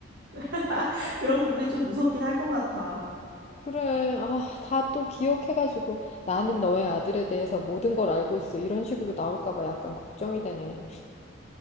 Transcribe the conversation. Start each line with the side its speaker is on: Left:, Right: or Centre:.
Right: <laughs> 그런 부분이 좀 무섭긴 할 것 같아.
Left: 그래. 아, 다 또 기억해가지고 나는 너의 아들에 대해서 모든 걸 알고 있어. 이런 식으로 나올까 봐 약간 걱정이 되네.